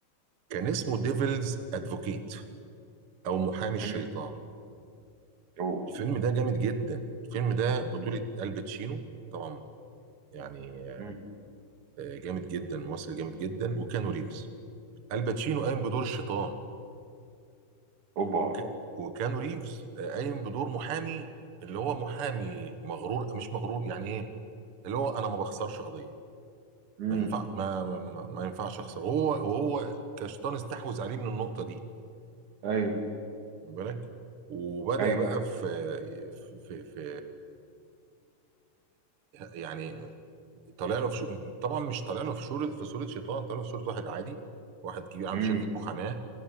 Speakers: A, on the right (about 55°); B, on the right (about 80°).
A: كان اسمه ديفلز ادفوكيت او محامي الشيطان
B: مم. اوه
A: الفيلم ده جامد جدا الفيلم ده بطولة
B: مم.
A: الباتشينو طبعا يعني آه،
B: مم.
A: جامد جدا ممثل جامد جدا
B: مم.
A: وكانو ريفز الباتشينو قايم بدور الشيطان
B: اوبا
A: وك... وكانو ريفز آه، قايم بدور محامي اللي هو محامي مغرور مش مغرور يعني ايه اللي هو انا ما بخسرش قضية
B: امم
A: ما ينفع ما ما, ما ما ينفعش اخسر وهو وهو كشيطان استحوذ عليه من النقطه دي
B: ايوه
A: خد بالك وبدا
B: ايوه
A: بقى
B: ايوه
A: في في في يعني طالع له في شو... طبعا مش طالع له في شورة في صوره شيطان طالع له في صوره واحد عادي واحد كبير عنده
B: امم
A: شركه محاماه